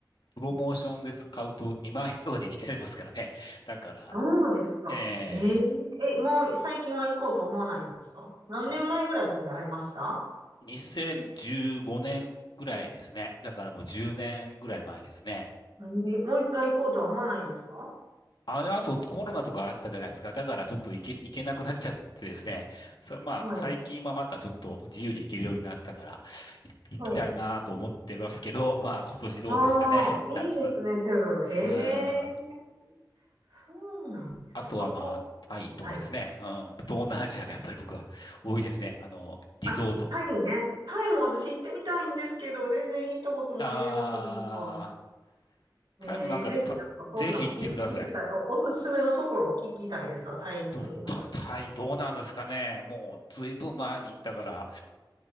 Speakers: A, on the left; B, on the right.
A: プロモーションで使うと2万円とかで行きていますからね。だから、
B: どうですか。
A: え
B: えええ、
A: え
B: もう最近は行こうと思わないんですか何年前ぐらい住んではりました
A: じ2015年ぐらいですね。だからもう10年ぐらい前ですね。
B: ええもう一回行こうとは思わないんですか
A: あの後コロナとかあったじゃないですか。だからちょっと行け、行けなくなっちゃってですね。さ、まあ最近はまたちょっと自由に行けるようになったから、
B: はい。
A: い行きたいなと思ってますけど、
B: はい。
A: まあ今年どうですかね。
B: ああ、いいですね、
A: 夏。
B: セブン。へ
A: うん。
B: え、そうなんですね。
A: あとはまあタイとかですね。
B: 観光はい。
A: うん。東南アジアがやっぱり僕は多いですね。あの、リゾート。
B: あ、タイね。タイも私行ってみたいんですけど、全然行ったことないです。
A: あ
B: そうかえー、
A: ー、タイもなんかた、
B: ぜひ、なんかそういうの聞き聞きたい。
A: ぜひ行ってください。
B: お、おすすめのところを聞きたいですわ。タイに行くとしたら。
A: と、タタイどうなんですかね。もうずいぶん前に行ったから、